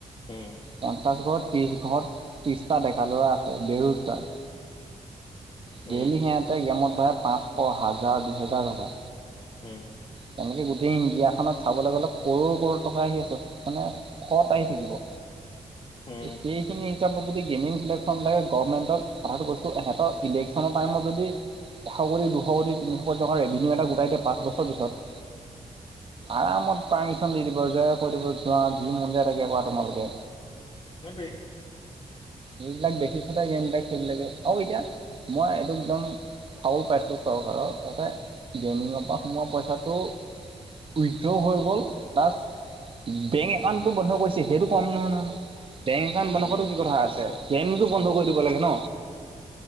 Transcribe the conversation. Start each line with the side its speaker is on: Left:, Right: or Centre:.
Left: উম।
Right: পঞ্চাশ ঘৰত ত্ৰিশ ঘৰত ত্ৰিশটা ডেকা ল'ৰা আছে বেৰোজগাৰ। ডেইলি
Left: উম
Right: সিহতে গেমত বাঢ়ে পাঁচশ হাজাৰ দুহোজাৰ টকা।
Left: উম।
Right: তেনেকে গোটেই ইণ্ডিয়াখনত চাবলৈ গ'লে কৰ কৰ টকা আহি আছে মানে। শত আহি থাকিব।
Left: হম।
Right: সেইখিনি হিচাপত যদি গেমিং প্লেকফৰ্ম থাকে গভৰ্মেন্টক কথাটো কৈছোঁ সিহঁতৰ ইলেকশ্যনৰ টাইমত যদি এশকোটি দুশকোটি তিনিশ কটোটি ৰেভিনিও গোটাই দিয়ে পাঁচ বছৰৰ পিছত।
Left: <unintelligible>
Right: আৰামত পাৰ্মিচন দি দিব যে কৈ দিব যোৱা যি মন যায় তাকে কৰা তোমালোকে।
Left: সেইটোৱেই।
Right: এইবিলাক বেছি চতে গেম বিলাক খেলি লেগে আৰু এতিয়া মই এইটো একদম ফাউল পাইছোঁ চৰকাৰৰ ইয়াতে গেমিঙৰ পৰা সোমোৱা পইচাত ত' উইড্ৰ' হৈ গ'ল প্লাছ বেংক একাউণ্টটো বন্ধ কৰিছে সেইটো কম নহয় নহয় নয় বেংক একাউণ্ট বন্ধ
Left: উম
Right: কৰা কি কথা আছে ফেনো বন্ধ কৰি দিব লাগে ন